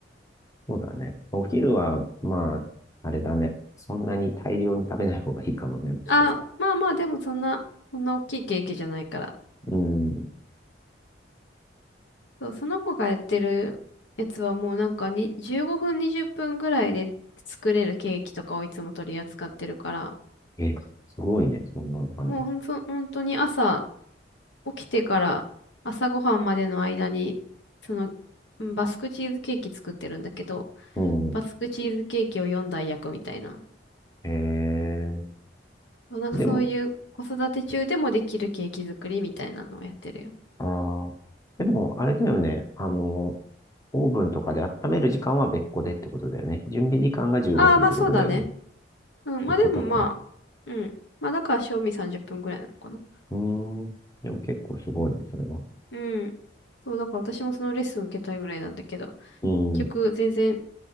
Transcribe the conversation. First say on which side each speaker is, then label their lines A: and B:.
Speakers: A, on the left; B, on the left.
A: そうだね。お昼は、まあ、あれだね。そんなに大量に食べない方がいいかもね、もしかした
B: あ、まあまあ、でもそんな、そんな大きいケーキじゃないから。
A: ら。うん。
B: そう、その子がやってるやつはもうなんかに15分20分ぐらいで作れるケーキとかをいつも取り扱ってるから、
A: え、すごいね、そんなの考
B: もうほんと、本当に朝起きてから朝ごはんまでの間に、その、うんバスクチーズケーキ作ってるんだけど、
A: うん。
B: バスクチーズケーキを4台焼くみたいな。
A: ええ
B: そう、なんかそういう子育て中でもできるケーキ作りみたいなのをやってるよ。
A: でも、ああ、でも、あれだよね。あの、オーブンとかで温める時間は別個でってことだよね。準備時間が15分ってことだよね。
B: ああ、まあそうだね。
A: そ
B: うん、まあでもまあ、
A: ういうことか。
B: うん。まあだから、賞味30分ぐらいなのかな。
A: うーん。でも結構すごいね、それは。
B: うん。そう、だから私もそのレッスン受けたいぐらいなんだけど、
A: うん。
B: 結局全然